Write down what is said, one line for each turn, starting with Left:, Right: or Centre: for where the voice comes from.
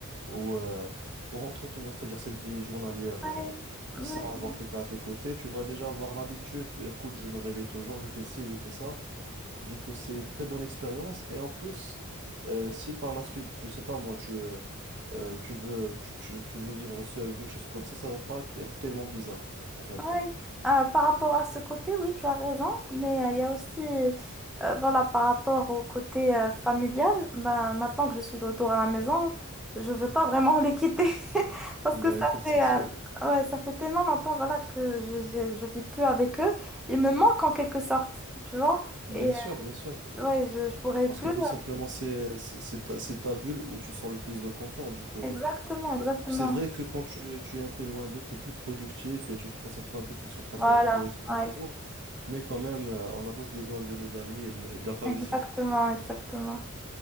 Right: ou euh, pour entretenir, c'est-à-dire cette vie journalière
Centre: Ouais,
Right: euh,
Centre: ouais.
Right: sans avoir quelqu'un à tes côtés, tu vas déjà avoir l'habitude, écoute, je me réveille toujours, je fais ci, je fais ça. Du coup, c'est une très bonne expérience. Et en plus, euh, si par la suite, je sais pas moi, tu, euh, euh, tu veux, tu, tu- tu veux vivre seul ou quelque chose comme ça, ça va pas être tellement bizarre, en fin de
Centre: Ouais.
Right: compte.
Centre: Euh, par rapport à ce côté, oui, tu as raison, mais euh, il y a aussi, euh, voilà, par rapport au côté euh, familial, ben, maintenant que je suis de retour à la maison, je veux pas vraiment les quitter <laughs> parce
Right: Bah
Centre: que ça
Right: écoute, c'est
Centre: fait,
Right: sûr.
Centre: euh, ouais, ça fait tellement longtemps, voilà, que je, je, je vis plus avec eux. Ils me manquent en quelque sorte, tu vois,
Right: Bien
Centre: et
Right: sûr, bien sûr.
Centre: euh, ouais, je, je pourrais
Right: Parce
Centre: plus.
Right: que tout simplement, c'est c'est c'est ta, c'est ta bulle où tu sens le plus de confort. Du coup,
Centre: Exactement,
Right: euh,
Centre: exactement.
Right: euh, c'est vrai que quand tu, tu es un peu loin d'eux, tu es plus productif et tu te concentres un peu plus sur ta
Centre: Voilà,
Right: carrière professionnelle
Centre: ouais,
Right: et tout. Mais quand même, euh, on a tous besoin de nos amis et de, et de la famille
Centre: exactement,
Right: surtout.
Centre: exactement.